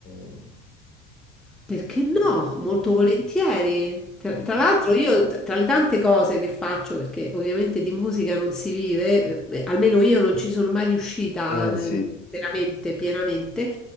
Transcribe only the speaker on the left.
Eh,
mm,
mm,
mm.
eh,
sì.